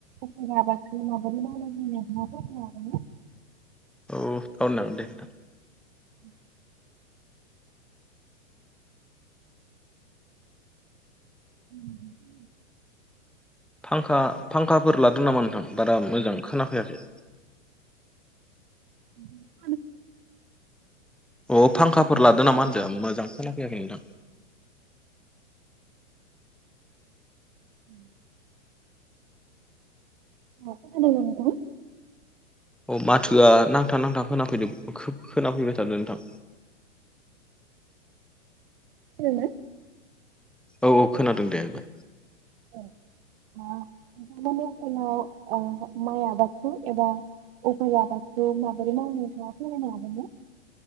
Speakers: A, on the right; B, in the centre.
A: अक आबाद माबोरै माव जनाय <unintelligible>
B: औ थावनो नामोन दे नोंथां <unintelligible>
A: उम <unintelligible> उम <inaudible>
B: फांखा फांखाफोर लादों नामा नोंथां बारा मोजां खोनाफैयाखै।
A: <unintelligible>
B: अ फांखाफोर लादो नामा होनदो मोजां खोना फैयाखै नोंथां।
A: <unintelligible> अ खोनादों नोंथां?
B: अ माथोआ नांथा नांथा खोनाफैदोब खोब खोनाफैबाय थादो नोंथां।
A: खोनादों
B: औ औ खोनादों दे एबार।
A: <unintelligible> मायाबादखौ एबा अफोर जाबाख' माबारि मावनाय जायो‌ फोरामायनो हागोनना?